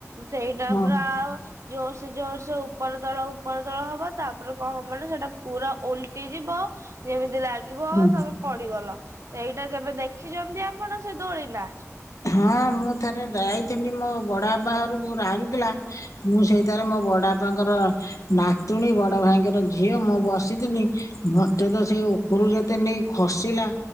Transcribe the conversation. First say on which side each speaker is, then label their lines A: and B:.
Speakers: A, on the right (about 65°); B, on the left (about 80°).
A: ସେଇଟା
B: ହଁ
A: ପୁରା ଜୋର ସେ ଜୋର ସେ ଉପର ତଳ ଉପର ଉପର ତଳ ହବ ତାପରେ କଣ ହବାନ ସେଟା ପୁରା ଓଲଟି ଯିବ ଯେମିତି ଲାଗିବ
B: ହୁଁ
A: ତମେ ଗଲ ଏଇଟା କେବେ ଦେଖିଛନ୍ତି ଆପଣ ସେ ଦୋଳି ନା?
B: ହଁ ମୁଁ ଥରେ ଯାଇଥିଲି ମୋ ବଡବାପା ଘରକୁ ରାଉରକେଲା ମୁଁ ସେଇଥିରେ ମୋ ବଡପାଙ୍କର ନାତୁଣୀ ବଡଭାଇଙ୍କର ଝିଅ ମୁଁ ବସିଥିଲି ମତେ ତ ସେଇ ଉପରୁ ଯେତେ ନେଇ ଖସିଲା